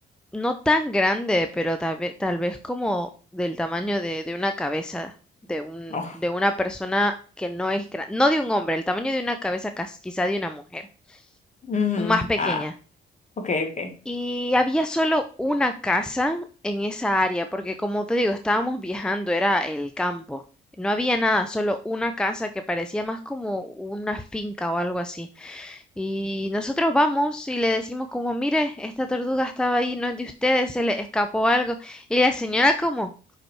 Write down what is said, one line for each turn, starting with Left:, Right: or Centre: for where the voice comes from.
Centre: No tan grande, pero tal vez, tal vez como del tamaño de, de una cabeza, de un,
Left: Oh,
Centre: de una persona que no es grande, no de un hombre, el tamaño de una cabeza cas- quizá de una mujer,
Left: mm,
Centre: más pequeña.
Left: ah, ok, ok.
Centre: Y había solo una casa en esa área, porque como te digo, estábamos viajando, era el campo. No había nada, solo una casa que parecía más como una finca o algo así. Y nosotros vamos y le decimos como, mire, esta tortuga estaba ahí, no es de ustedes, se le escapó algo. Y la señora como,